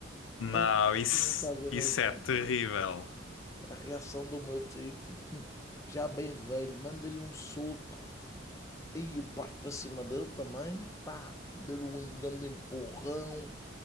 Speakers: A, on the left; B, on the left.
A: Não,
B: Ei,
A: isso,
B: tu não estás a imaginar.
A: isso é terrível.
B: A reação do meu tio, tipo, já bem velho, manda-lhe um soco. E eu parto para cima dele também, pá, dei-lhe um grande empurrão,